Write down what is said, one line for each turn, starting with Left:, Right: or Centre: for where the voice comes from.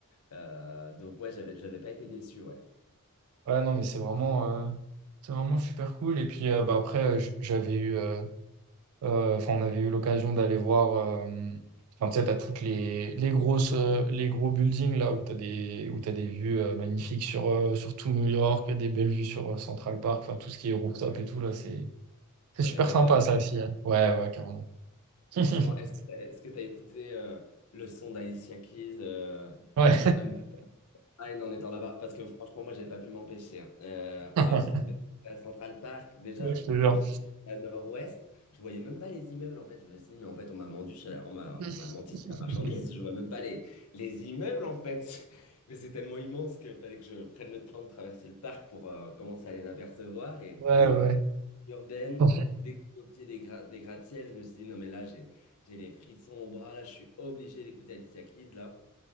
Left: Euh, donc, ouais, j'avais, j'avais pas été déçu, ouais.
Right: Ouais, non, mais c'est vraiment, euh, c'est vraiment super cool. Et puis, euh, bah, après, euh, j- j'avais eu. euh, Euh, Enfin, on avait eu l'occasion d'aller voir. euh, Enfin, tu sais, t'as toutes les, les grosses, euh, les gros buildings là où t'as des, où t'as des vues euh, magnifiques sur, euh, sur tout New York, des belles vues sur euh, Central Park, enfin tout ce qui est rooftop et tout là, c'est c'est
Left: Ça
Right: super
Left: fait rêver,
Right: sympa
Left: en
Right: ça
Left: fait.
Right: aussi. hein. Ouais, ouais, carrément. <laughs>
Left: Franchement, est-ce que est-ce t'as écouté euh, le son d'Alicia Keys, euh,
Right: Ouais.
Left: No- I'm ah, et non, en étant là-bas, parce que franchement, moi, j'ai pas pu m'empêcher. hein. Euh,
Right: <laughs>
Left: hop, dès que j'étais à Central Park, déjà,
Right: Ouais, je te jure.
Left: comme je te dis, j'étais à Nord-Ouest, je voyais même pas les immeubles, en fait. Je me suis dit, mais en fait, on m'a menti sur la, on m'a,
Right: <laughs>
Left: on m'a menti sur la marchandise, je vois même pas les, les immeubles, en fait. <laughs> Mais c'est tellement immense qu'il fallait que je prenne le temps de traverser le parc pour euh, commencer à les apercevoir, et bim,
Right: Ouais, ouais.
Left: urbaine.
Right: <laughs>
Left: Dès que j'étais au pied des, gra- des gratte-ciel, je me suis dit, non, mais là, j'ai, j'ai les frissons au bras, là, je suis obligé d'écouter Alicia Keys, là.